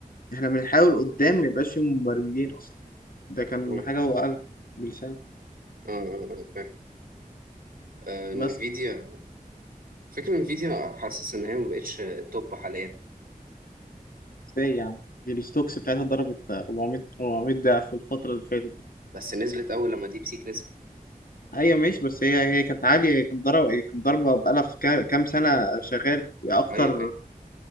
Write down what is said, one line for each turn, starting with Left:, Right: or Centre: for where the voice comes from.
Left: احنا بنحاول قدام ما يبقاش فيه مبرمجين اصلا ده كان
Right: اه
Left: حاجه هو قالها بلسان
Right: اه آه، فاهم آه،
Left: بس
Right: انفيديا فكرة انفيديا حاسس ان هي ما بقتش توب حاليا
Left: ازاي يعني دي الستوكس بتاعتها ضربت 400 400 ضعف في الفتره اللي فاتت دي
Right: بس نزلت اول لما ديب سيك نزل
Left: ايوه ماشي بس هي هي كانت عاليه هي كانت ضربه هي كانت ضربه بقالها في كا- كام سنه شغال هي اكتر
Right: ايوه ايوه